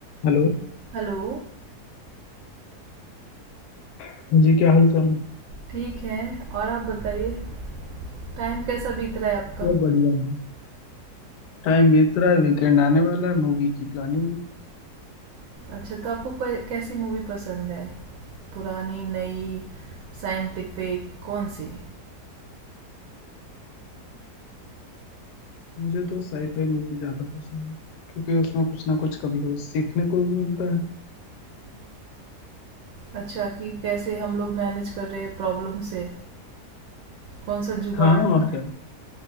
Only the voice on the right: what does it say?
हेलो,
ठीक है और आप बताइए, टाइम कैसा बीत रहा है आपका?
अच्छा तो आपको कै कैसी मूवी पसंद है? पुरानी, नई, साइंटिफिक कौन-सी?
अच्छा कि कैसे हम लोग मैनेज कर रहे हैं प्रॉब्लम से, कौन-सा जुगाड़
है?